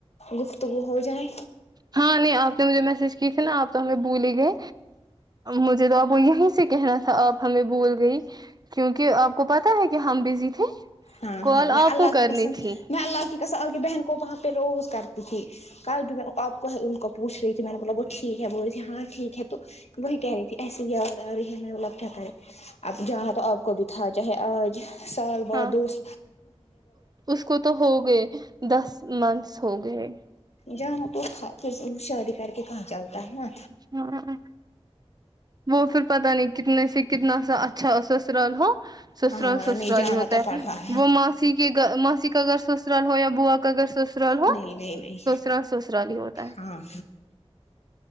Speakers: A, on the left; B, on the right.
A: گفتگو ہو جائے
B: ہاں نہیں آپ نے مجھے میسج کی تھی نا آپ تو ہمیں بھول ہی گئے مجھے تو آپ وہ یہیں سے کہنا تھا آپ ہمیں بول گئی کیونکہ آپ کو پتہ ہے کہ ہم بزی تھے
A: ہاں
B: کال
A: ہاں میں
B: آپ
A: اللہ
B: کو کرنی
A: کی قسم
B: تھی
A: میں اللہ کی کسم اپنی بہن کو وہاں پہ روز کرتی تھی کل بھی میں آپ کو ان کو پوچھ رہی تھی میں نے بولا وہ ٹھیک ہے بول رہی تھی ہاں ٹھیک ہے تو وہی کہہ رہی تھی ایسی ہی آواز آ رہی ہے ہم مطلب کیا کرے اب جہاں تو آپ کو بھی تھا چاہے آج سال بعد
B: ہاں
A: دوست
B: اس کو تو ہو گئے دس منتھس ہو گئے
A: جاں ہم کو پھر شادی کر کے کہاں چلتا ہے نا
B: <unintelligible> وہ پھر پتہ نہیں کتنے سے کتنا سا اچھا سسرال ہو سسرال
A: ہاں
B: سسرال
A: نہیں جانا
B: ہی ہوتا
A: تو پڑ
B: ہے
A: رہا
B: وہ ماسی کے گھر ماسی کا اگر سسرال ہو یا بوا اگر سسرال ہو
A: نہیں نہیں نہیں
B: سسرال سسرال ہی ہوتا ہے
A: ہاں